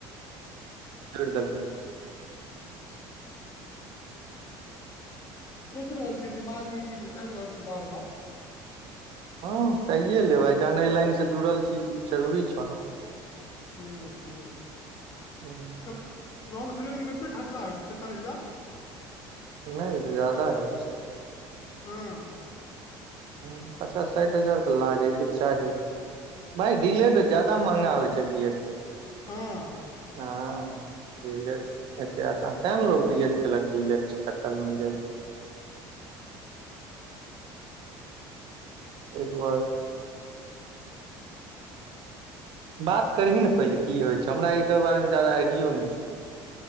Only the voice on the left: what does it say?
सोचि रहल छियै दिमागमे ई चीज आबि रहल छै बार बार
हूंम्म हूँ
कत राउण्ड फिगरमे कते खर्चा होइत हेतै चालीस हजार
हँ
हँ